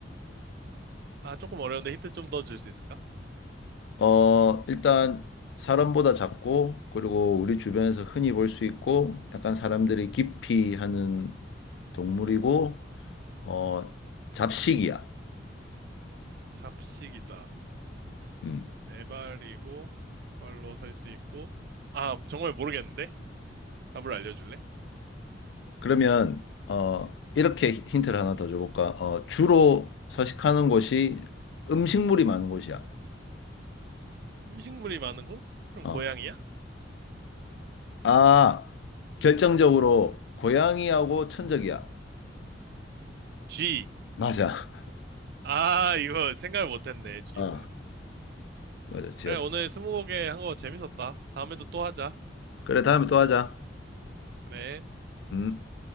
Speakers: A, on the right (about 55°); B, on the left (about 70°).
A: 아, 조금 어려운데 힌트 좀 더 줄 수 있을까?
B: 어, 일단 사람보다 작고 그리고 우리 주변에서 흔히 볼 수 있고 약간 사람들이 기피하는 동물이고 어, 잡식이야.
A: 잡식이다.
B: 음.
A: 네 발이고, 두 발로 설 수 있고. 아, 정말 모르겠는데? 답을 알려줄래?
B: 그러면 어, 이렇게 힌트를 하나 더 줘볼까? 어, 주로 서식하는 곳이 음식물이 많은 곳이야.
A: 음식물이 많은 곳? 그럼
B: 어.
A: 고양이야?
B: 아, 결정적으로 고양이하고 천적이야.
A: 쥐.
B: 맞아.
A: 아, 이거 생각을 못했네, 쥐는.
B: 어, 맞아. 지었어.
A: 그래, 오늘 스무고개 한 거 재밌었다. 다음에도 또 하자.
B: 그래, 다음에 또 하자.
A: 그래.
B: 음.